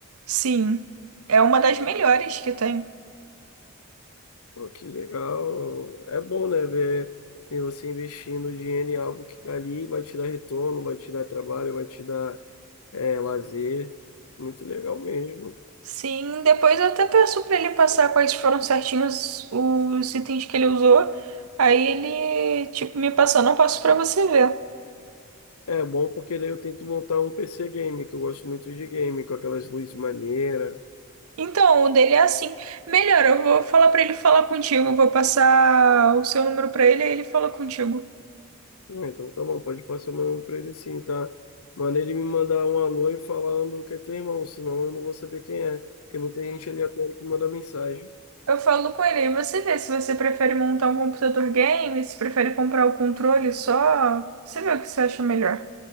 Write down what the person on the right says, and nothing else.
Sim, é uma das melhores que tem.
Sim, depois eu até peço pra ele passar quais foram certinhos os itens que ele usou. Aí ele, tipo, me passando, eu passo pra você ver.
Então, o dele é assim. Melhor, eu vou falar pra ele falar contigo. eu Vou passar o seu número pra ele, aí ele fala contigo.
Eu falo com ele, aí você vê se você prefere montar um computador game, se prefere comprar o controle só. Você vê o que você acha melhor.